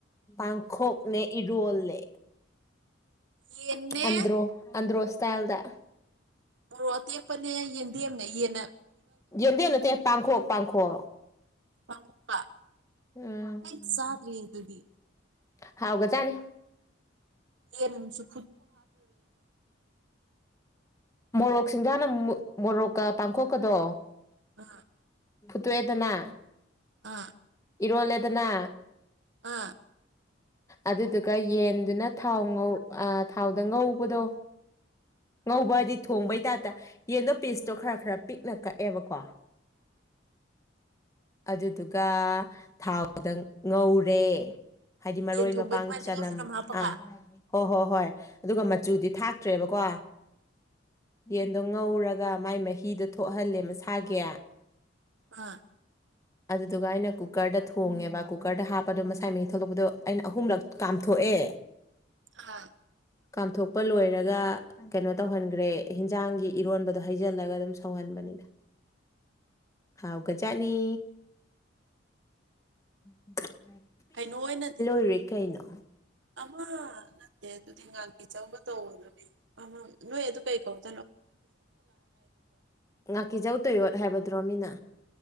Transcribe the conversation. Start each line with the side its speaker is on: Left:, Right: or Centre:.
Left: ꯄꯥꯡꯈꯣꯛꯅꯦ ꯏꯔꯣꯜꯅꯦ
Right: ꯌꯦꯟꯅꯦ
Left: ꯑꯟꯗ꯭ꯔꯣ ꯑꯟꯗ꯭ꯔꯣ ꯇꯜꯗ
Right: ꯃꯔꯣ ꯑꯇꯦꯛꯄꯅꯦ ꯌꯦꯟꯗꯦꯝꯦꯝꯅꯦ ꯌꯦꯟꯟꯅ
Left: ꯌꯦꯣꯟꯗꯦ ꯅꯠꯇ ꯄꯥꯡꯈꯣꯛ ꯄꯥꯡꯈꯣꯛ
Right: ꯄꯥꯡꯈꯣꯛꯀ
Left: ꯎꯝ
Right: ꯑꯩ ꯆꯥꯗ꯭ꯔꯤꯌꯦ ꯑꯗꯨꯗꯤ
Left: ꯍꯥꯎꯒꯖꯥꯅꯤ
Right: ꯌꯦꯁꯨ
Left: ꯎ ꯃꯣꯔꯣꯛ ꯁꯤꯡꯖꯥꯅ ꯃꯣꯔꯣꯛꯀ ꯄꯥꯡꯊꯣꯛꯀꯗꯣ
Right: ꯑꯥ
Left: ꯄꯨꯊꯋꯦꯗꯅ
Right: ꯑꯥ
Left: ꯏꯔꯣꯜꯂꯦꯗꯅ
Right: ꯑ
Left: ꯑꯗꯨꯗꯨꯒ ꯌꯦꯟꯗꯨꯅ ꯊꯥꯎ ꯉꯧ ꯊꯥꯎꯗ ꯉꯧꯕꯗꯣ ꯉꯕꯗꯤ ꯊꯣꯡꯕꯩ ꯇꯥꯞꯇ ꯌꯦꯟꯗꯣ ꯄꯤꯁꯇꯣ ꯈꯔ ꯈꯔ ꯄꯤꯛꯅ ꯀꯛꯑꯦꯕꯀꯣ ꯑꯗꯨꯗꯨꯒ ꯊꯥꯎꯗ ꯉꯧꯔꯦ ꯍꯥꯏꯗꯤ ꯃꯔꯣꯏ
Right: ꯌꯦꯟ ꯊꯣꯡꯕꯩ
Left: ꯃꯄꯥꯡ
Right: ꯑꯗꯨꯃꯥꯏꯅ
Left: ꯆꯅꯝ
Right: ꯇꯤꯜꯍꯧ ꯍꯥꯞꯄꯒ
Left: ꯑꯥ ꯑꯣ ꯍꯣ ꯍꯣꯏ ꯑꯗꯨꯒ ꯃꯆꯨꯗꯤ ꯊꯥꯛꯇ꯭ꯔꯦꯕꯣ ꯀꯣ ꯌꯦꯟꯗꯣ ꯉꯧꯔꯒ ꯃꯥꯏ ꯃꯍꯤꯗꯣ ꯊꯣꯛꯍꯜꯂꯦ ꯃꯁꯥꯒꯤ
Right: ꯍꯥꯥ
Left: ꯑꯗꯨꯗꯨꯒ ꯑꯩꯅ ꯀꯨꯀꯔꯗ ꯊꯣꯡꯉꯦꯕ ꯀꯨꯀꯔꯗ ꯍꯥꯞꯄꯗꯣ ꯃꯁꯥꯏ ꯃꯍꯤ ꯊꯣꯛꯂꯛꯄꯗꯣ ꯑꯩꯅ ꯑꯍꯨꯝꯂꯛ ꯀꯥꯝꯊꯣꯛꯑꯦ
Right: ꯑꯥ
Left: ꯀꯥꯝꯊꯣꯛꯄ ꯂꯣꯏꯔꯒ ꯀꯩꯅꯣ ꯇꯧꯍꯟꯈ꯭ꯔꯦ ꯍꯟꯖꯥꯡꯒꯤ ꯏꯔꯣꯟꯕꯗꯣ ꯍꯩꯖꯤꯜꯂꯒ ꯑꯗꯨꯝ ꯁꯧꯍꯟꯕꯅꯤꯅ ꯍꯥꯎꯒꯖꯥꯠꯅꯤ <unintelligible> <unintelligible>
Right: ꯀꯩꯅꯣ ꯍꯣꯏꯅꯗꯤ
Left: ꯨꯔꯦ ꯀꯩꯅꯣ
Right: ꯑꯃ ꯅꯠꯇꯦ ꯑꯗꯨ ꯇꯤꯡꯦ ꯆꯧꯒ ꯇꯧꯕꯗꯨꯅꯤ ꯑꯃ ꯅꯣꯏ ꯑꯗꯨ ꯀꯩ ꯀꯧꯒꯦ
Left: ꯉꯥꯀꯤꯖꯧ ꯇꯌꯣꯠ ꯍꯥꯏꯕꯗꯨꯔꯣ ꯃꯤꯅ